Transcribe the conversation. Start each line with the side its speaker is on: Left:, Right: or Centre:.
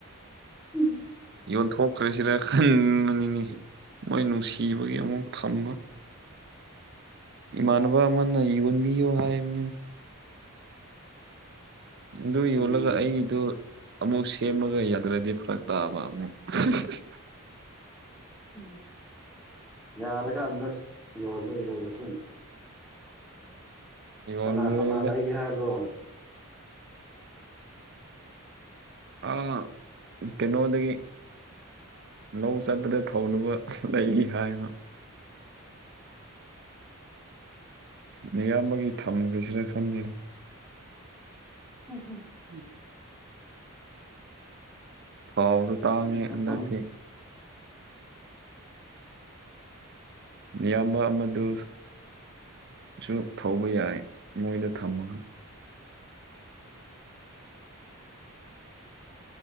Centre: <unintelligible>
Right: ꯌꯣꯟꯊꯣꯛꯈ꯭ꯔꯁꯤꯔ ꯈꯟꯕꯅꯤꯅꯦ ꯃꯣꯏ ꯅꯨꯡꯁꯤꯕꯒꯤ ꯑꯃꯨꯛ ꯊꯝꯕ ꯏꯃꯥꯟꯅꯕ ꯑꯃꯅ ꯌꯣꯟꯕꯤꯌꯣ ꯍꯥꯏꯕꯅꯦꯕ ꯑꯗꯨ
Centre: ꯍꯨꯟꯒꯤ
Right: ꯌꯣꯜꯂꯒ ꯑꯩꯒꯤꯗꯣ ꯑꯃꯨꯛ ꯁꯦꯝꯃꯒ ꯌꯥꯗꯔꯗꯤ ꯐꯔꯛ ꯇꯥꯕ ꯑꯃꯨꯛ <unintelligible>
Centre: <unintelligible> ꯌꯥꯔ ꯀꯟꯗꯥ <unintelligible> ꯌꯣꯜꯂꯣ ꯌꯣꯜꯂꯁꯨꯡ
Right: ꯌꯣꯜꯂꯔꯣꯏꯗ
Centre: ꯀꯅꯥ ꯀꯅꯥ ꯂꯩꯒꯦ ꯍꯥꯏꯕ꯭ꯔꯣꯡ?
Right: ꯑꯥ ꯀꯩꯅꯣꯗꯒꯤ ꯂꯧ ꯆꯠꯄꯗ ꯊꯧꯅꯕ <unintelligible> ꯂꯩꯒꯦ ꯍꯥꯏꯕ ꯅꯌꯥꯝꯕꯒꯤ ꯊꯝꯈ꯭ꯔꯁꯤꯔ ꯈꯪꯗꯦꯅꯦ
Centre: <unintelligible>
Right: ꯎꯝ ꯊꯥꯎꯁꯨ ꯇꯥꯡꯉꯦ
Centre: ꯍꯝ ꯊꯝꯈ꯭ꯔꯣ
Right: ꯍꯟꯗꯛꯇꯤ
Centre: ꯊꯝꯈ꯭ꯔꯣ
Right: ꯅꯌꯥꯝꯕ ꯑꯃꯗꯨꯁ ꯁꯨ ꯊꯧꯕ ꯌꯥꯏ ꯃꯣꯏꯗ ꯊꯝꯃꯒ